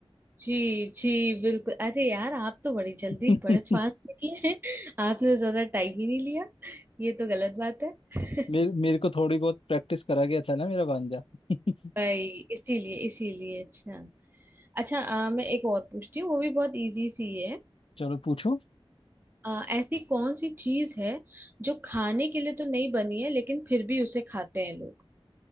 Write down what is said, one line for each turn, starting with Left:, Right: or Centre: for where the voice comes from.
Right: जी जी बिल्कुल अरे यार आप तो बड़ी जल्दी
Left: <laughs>
Right: बड़े फास्ट निकले हैं <laughs> आपने तो ज्यादा टाइम ही नहीं लिया ये तो गलत बात है
Left: मेरे
Right: <laughs>
Left: मेरे को थोड़ी बहुत प्रैक्टिस करा गया था ना मेरा भांजा <laughs>
Right: भाई इसीलिए इसीलिए अच्छा अच्छा अ, मैं एक और पूछती हूँ वो भी बहुत इजी सी है
Left: चलो पूछो
Right: अ, ऐसी कौन सी चीज है जो खाने के लिए तो नहीं बनी है लेकिन फिर भी उसे खाते हैं लोग